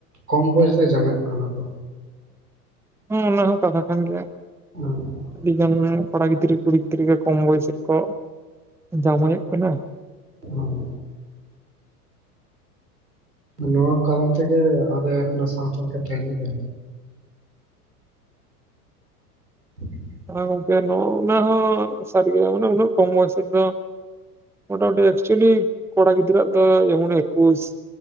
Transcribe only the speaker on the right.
ᱠᱚᱢ ᱵᱚᱭᱮᱥ ᱨᱮ ᱡᱟᱶᱟᱭᱼᱚᱜ ᱠᱟᱱᱟ ᱠᱚ᱾
<inaudible>
ᱦᱮᱸ ᱱᱚᱣᱟ ᱠᱟᱨᱚᱱ ᱛᱮᱜᱮ ᱟᱵᱚ ᱥᱟᱱᱛᱟᱲ ᱠᱟ ᱛᱟᱭᱢ ᱨᱮ᱾ <inaudible>